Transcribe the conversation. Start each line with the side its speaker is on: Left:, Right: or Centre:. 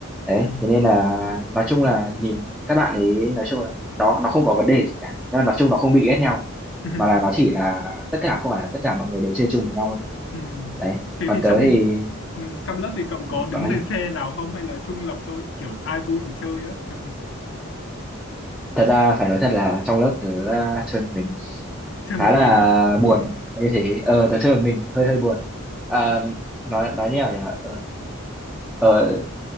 Centre: đấy
Left: ừ.
Centre: thế nên là nói chung là nhìn các bạn ấy nói chung là nó nó không có vấn đề gì cả nhưng mà nói chung nó không bị ghét nhau
Left: <laughs>
Centre: mà là nó chỉ là tất cả không phải là tất cả mọi người đều chơi chung với nhau thôi
Left: Ừ. Ừ.
Centre: đấy
Left: thế
Centre: còn
Left: thì
Centre: tớ
Left: trong
Centre: thì
Left: ừ, trong lớp thì cậu có
Centre: ừ,
Left: đứng
Centre: cậu nói
Left: về
Centre: đi
Left: phe nào không hay là trung lập thôi kiểu ai vui thì chơi á <laughs>
Centre: thật ra phải nói thật là trong lớp tớ ờ, chơi một mình
Left: chơi một
Centre: khá là
Left: mình á <laughs>
Centre: buồn như thế ờ tớ chơi một mình hơi hơi buồn Ờ, nói nói như nào nhỉ ờ, ờ,